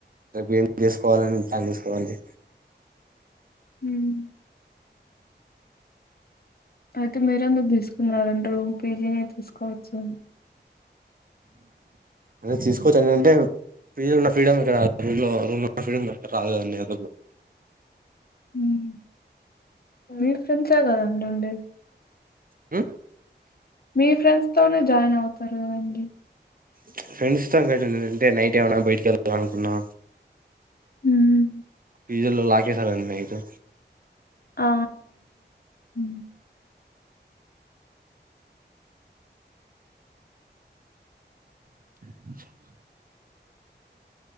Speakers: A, on the right (about 50°); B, on the left (about 55°).
A: రేపు ఏం చేసుకోవాలనిట్ని తీసుకోవాలి.
B: ఉమ్. అయితే, మీరందుకు తీసుకున్నారండి. రూమ్ పీజీని తీసుకోవచ్చు.
A: అే తీసుకోవచ్చ, ఏంటే ఫీలున్న ఫ్రీడమ్ ఇక్కడ రాదు, రూమ్లో రూమ్ ఫ్రీడమ్, ఇక్కడ రాదు కదా అండి అందుకు.
B: మ్ మీ ఫ్రెండ్సే గదండి, ఉండేది.
A: ఉ
B: మీ ఫ్రెండ్స్ తోనే, జాయిన్ అవుతారు కదండీ.
A: చ్, ఫ్రెండ్స్ తోని, అయితే ఎంటి, అంటే నైట్ ఏమనా బయటకి ఎళ్ళా అనుకున్నా.
B: ఉమ్
A: పీజిల్లో లాకేసారు. అండి నైటు
B: ఆ ఉ
A: <inaudible>